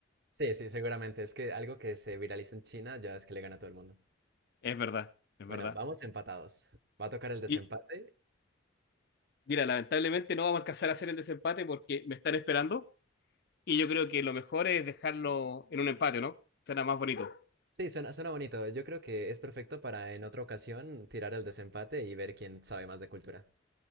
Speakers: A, on the right (about 50°); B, on the left (about 50°).
A: Sí, sí, seguramente. Es que algo que se viraliza en China ya es que le gana a todo el mundo.
B: Es verdad, es
A: Bueno,
B: verdad.
A: vamos empatados. ¿Va a tocar el desempate?
B: Y mira, lamentablemente no vamos a alcanzar a hacer el desempate porque me están esperando y yo creo que lo mejor es dejarlo en un empate, ¿no? Será más bonito.
A: Sí, suena, suena bonito. Yo creo que es perfecto para en otra ocasión tirar el desempate y ver quién sabe más de cultura.